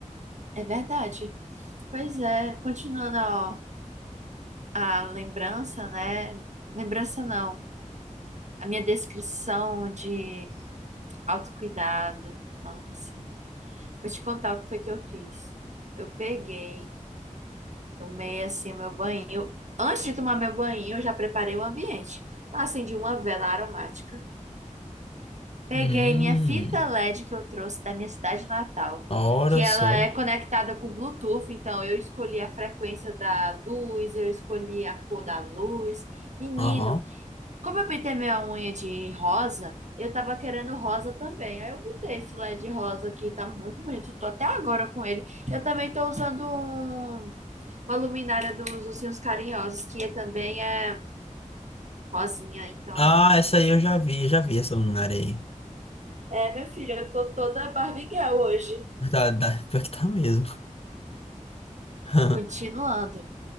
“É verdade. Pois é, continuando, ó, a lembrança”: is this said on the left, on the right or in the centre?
Right